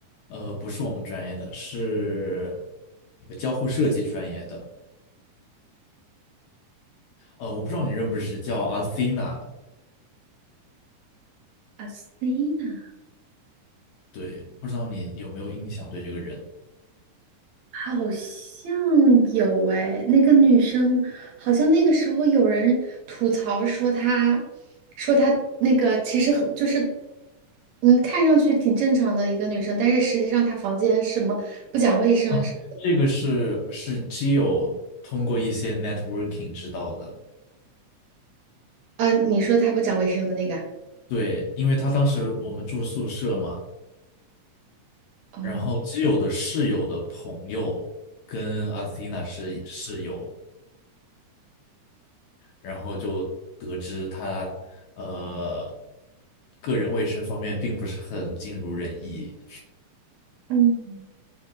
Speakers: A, on the left (about 75°); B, on the right (about 70°).
A: 呃，不是我们专业的，是那个交互设计专业的。呃，我不知道你认不认识，叫阿 t 娜。
B: 啊，Sina。
A: 对，不知道你有没有印象对这个人
B: 好像有哎，那个女生好像那个时候有人吐槽说她，说她那个其实很就是，嗯，看上去挺正常的一个女生，但是实际上她房间什么不讲卫生什
A: 啊，这个是是基友通过一些 networking 知道的。
B: 啊，呃你说她不讲卫生的那个啊，
A: 对，因为他当时我们住宿舍嘛，
B: 哦，
A: 然后基友的室友的朋友跟阿西娜是室友，然后就得知他呃个人卫生方面并不是很尽如人意。
B: 嗯，